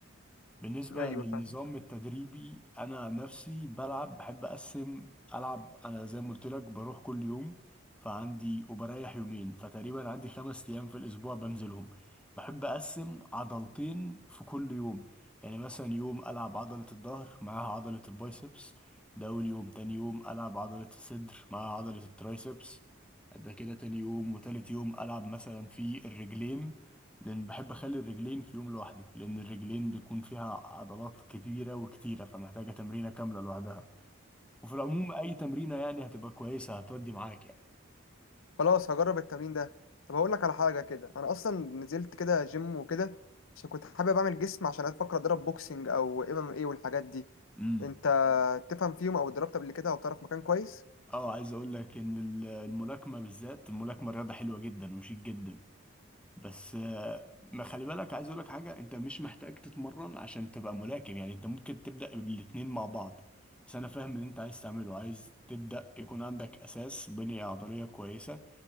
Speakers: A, in the centre; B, on the left.
A: بالنسبة
B: ايوه
A: للنظام
B: فاهم
A: التدريبي أنا عن نفسي بلعب بحب أقسم ألعب أنا زي ما قلت لك بروح كل يوم فعندي وبريح يومين فتقريبا عندي خمس أيام في الأسبوع بنزلهم بحب أقسم عضلتين في كل يوم يعني مثلا يوم ألعب عضلة الظهر معاها عضلة البايسبس ده أول يوم تاني يوم ألعب عضلة الصدر معاها عضلة الترايسبس ده كده تاني يوم وتالت يوم ألعب مثلا في الرجلين لان بحب اخلي الرجلين في يوم لوحده لان الرجلين بيكون فيها عضلات كبيره وكتيره فمحتاجه تمرينه كامله لوحدها وفي العموم اي تمرينه يعني هتبقى كويسه هتودي معاك يعني
B: خلاص هجرب التمرين ده طب هقول لك على حاجه كده انا اصلا نزلت كده جيم وكده عشان كنت حابب اعمل جسم عشان افكر اضرب بوكسنج او ام ام ايه والحاجات دي
A: امم
B: انت تفهم فيهم او اتدربت قبل كده او تعرف مكان كويس
A: اه عايز اقول لك ان ال- الملاكمه بالذات الملاكمه رياضه حلوه جدا وشيك جدا بس آه، ما خلي بالك عايز اقول لك حاجه انت مش محتاج تتمرن عشان تبقى ملاكم يعني انت ممكن تبدا بالاتنين مع بعض بس انا فاهم اللي انت عايز تعمله عايز تبدا يكون عندك اساس بنيه عضليه كويسه